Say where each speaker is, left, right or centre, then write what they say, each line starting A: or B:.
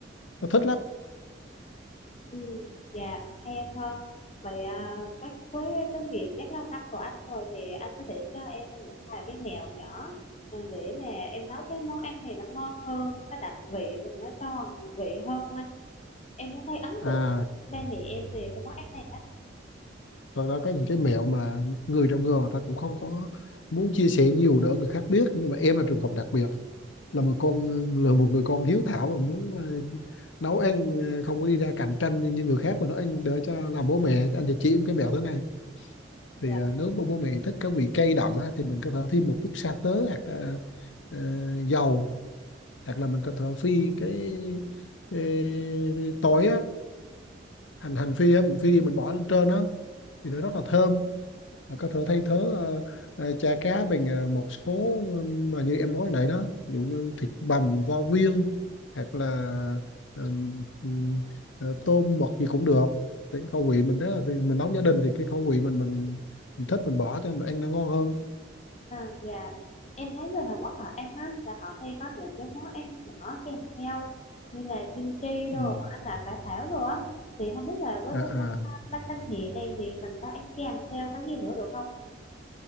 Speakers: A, on the left; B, on the left.
A: nó thích lắm
B: Ừ. Dạ, hay ăn hơn. Vậy à, các với cái miệng rất lâu năm của anh rồi thì anh có thể cho em một vài cái mẹo nhỏ ờ, để mà em nấu cái món ăn này nó ngon hơn, nó đậm vị và nó tròn vị hơn không anh? Em cũng thấy ấn
A: à
B: tượng ba mẹ em về cái món ăn này á
A: thật ra có những cái mẹo mà người trong nghề người ta cũng không có muốn chia sẻ nhiều đỡ người khác biết nhưng mà em là trường hợp đặc biệt là một con là một người con hiếu thảo và muốn ờ, nấu ăn ờ, không có đi ra cạnh tranh như người khác mà nấu ăn để cho làm bố mẹ anh thì chỉ em cái mẹo thế này thì
B: dạ
A: ờ, nếu mà bố mẹ thích cái vị cay đậm á, thì mình có thể thêm một chút sa tớ hoặc ờ, ờ, dầu hoặc là mình có thể phi cái, cái, cái tỏi á hành hành phi á mình phi mình bỏ lên trên á thì nó rất là thơm Mà có thể thay thế ờ, ờ, chả cá bằng ờ, một số ờ, mà như em nói nãy đó ví dụ như thịt bằm vo viên hoặc là ừm, ừm, ờ, tôm mực gì cũng được thì cái khẩu vị mình đó là thì mình nấu gia đình thì cái khẩu vị mình mình, mình thích mình bỏ cho mình ăn nó ngon hơn
B: à, dạ em thấy người Hàn Quốc họ ăn á là họ hay có những cái món ăn nhỏ kèm theo như là kim chi
A: Ừm.
B: đồ anh là cải thảo đồ á thì không biết là với
A: à,
B: cái món
A: à.
B: bánh canh hì này thì mình có ăn kèm theo cái gì nữa được không